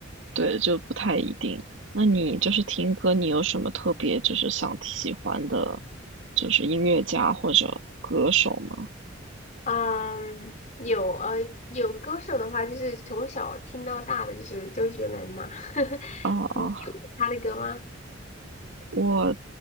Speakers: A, on the right; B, on the left.
A: 对，就不太一定。那你就是听歌，你有什么特别就是想喜欢的，就是音乐家或者歌手吗？
B: 嗯，有呃有歌手的话，就是从小听到大的就是周杰伦嘛，<laughs>
A: 哦哦，
B: 你有听他的歌吗？
A: 我